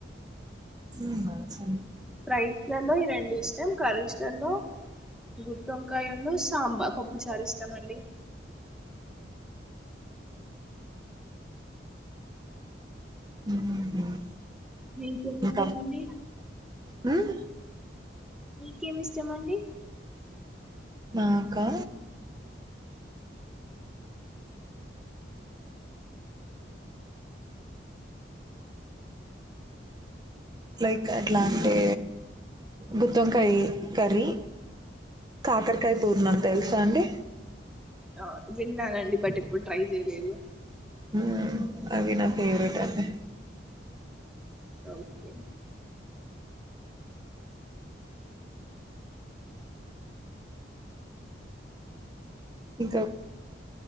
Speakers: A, on the right (about 20°); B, in the centre.
A: ఉ <unintelligible>
B: ఫ్రైస్ లో లో ఈ రెండు ఇష్టం కర్రిస్ ల లో గుత్తి వంకాయ ను సాంబార్ పప్పు చారు ఇష్టమండి
A: మ్మ్
B: మీకు ఏం ఇష్టం
A: ఇంకా
B: మండి
A: మ్మ్
B: మీకేమి ఇష్టమండి
A: నాకా లైక్ ఎట్లా అంటే గుత్తువంకాయ్ కర్రీ కాకరకాయ
B: మ్మ్.
A: పూర్ణం తెలుసా అండి
B: ఆ విన్నానండి బట్ ఎప్పుడు ట్రై చేయలేదు
A: మ్మ్ అవి నా ఫేవరేట్ అండి
B: ఓకే
A: ఇంకా